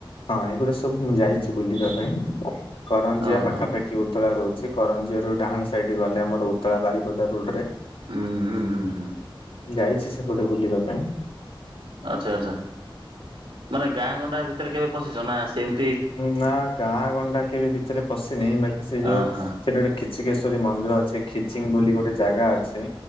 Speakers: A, on the left; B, on the right.
A: ହଁ ଏଇଗୁଡା ସବୁ ମୁଁ ଯାଇଛି ବୁଲିବା ପାଇଁ କରଞ୍ଜିଆ
B: ଓହୋ
A: ପାଖାପାଖ ଏ ଉଦଳା ରହୁଛି କରଞ୍ଜିଆରୁ ଡାହାଣ ସାଇଡ ଗଲେ ଆମର ଉଦଳା ବାରିପଦା ରୋଡରେ।
B: ହୁଁ ହୁଁ ହୁଁ ହୁଁ।
A: ଯାଇଛି ସେପଟେ ବୁଲିବା ପାଇଁ।
B: ଆଚ୍ଛା ଆଚ୍ଛା ମାନେ ଗାଁ ଗଣ୍ଡା ଭିତରେ କେବେ ପଶିଛ ନା ସେମ
A: ନା ଗାଁ ଗଣ୍ଡା କେବେ ଭିତରେ ପଶିନି ବାକି ସେ ଯୋଉ
B: ଅହ
A: ସେଠି ଗୋଟେ ଖିଚିକେଶ୍ୱରୀ ମନ୍ଦିର ଅଛି ଖିଚିଙ୍ଗ ବୋଲି ଗୋଟେ ଜାଗା ଅଛି